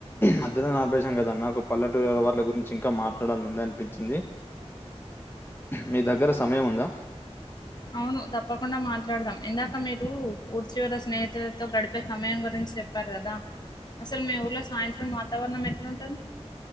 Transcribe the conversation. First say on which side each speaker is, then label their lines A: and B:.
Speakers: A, on the left (about 20°); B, on the left (about 40°).
A: మధ్య లోనే అపేసాం కదా అన్న ఒక పల్లెటూరు గురించి ఇంకా మాట్లాడాలనీ ఉంది అనిపించింది మీ దగ్గర సమయం ఉందా
B: అవును తప్పకుండా మాట్లాడదాం ఇందాక మీరు చివర స్నేహితులతో గడిపే సమయం గురించి చె చెప్పారు కదా అసలు మీ ఊర్లో సాయంత్రం వాతావరణం ఎట్లాఉంటది